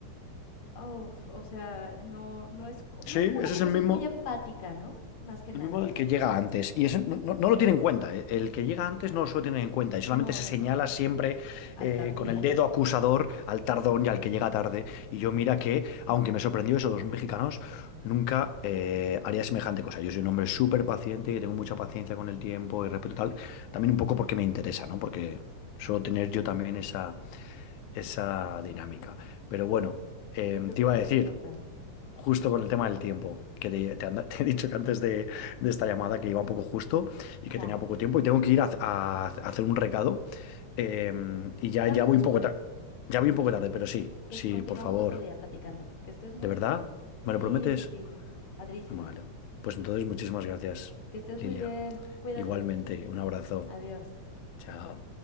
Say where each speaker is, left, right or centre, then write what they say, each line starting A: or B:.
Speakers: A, on the left; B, on the left.
A: Oh, o sea, no, no, es, co- no
B: Sí,
A: es
B: ese
A: como una situación
B: es el mismo.
A: muy empática, ¿no? Más que nada,
B: El mismo
A: con
B: del que
A: tus...
B: llega antes. Y eso no, no- no lo tiene en cuenta. eh. El que llega antes no lo suele tener en cuenta. Y solamente
A: No,
B: se
A: no,
B: señala
A: no,
B: siempre
A: al
B: eh,
A: tardío.
B: con el dedo
A: <laughs>
B: acusador al tardón y al que llega tarde. Y yo mira que, aunque me sorprendió eso de los mexicanos, nunca eh, haría semejante cosa. Yo soy un hombre súper paciente y tengo mucha paciencia con el tiempo y respeto y tal. También un poco porque me interesa, ¿no? Porque suelo tener yo también esa, esa dinámica. Pero bueno, eh,
A: Sí, creo
B: te
A: que
B: iba
A: es bien
B: a decir
A: importante.
B: justo con el tema del tiempo, que te, te anda- <laughs> te he dicho que antes de, de esta llamada que iba un poco justo y que
A: Ya,
B: tenía poco tiempo y tengo que ir a, a- a hacer un recado eh, y ya,
A: quedamos
B: ya voy
A: después.
B: un poco tarde, ya voy un poco tarde, pero sí,
A: Te-
B: sí,
A: continuamos
B: por favor,
A: otro día platicando. Que estés muy
B: ¿de verdad?
A: bien.
B: ¿Me lo
A: Sí,
B: prometes?
A: sí, sí. Padrísimo.
B: Vale, pues entonces muchísimas gracias,
A: Que estés
B: Lilia.
A: muy bien. Cuídate.
B: Igualmente, un abrazo.
A: Adiós.
B: Chao.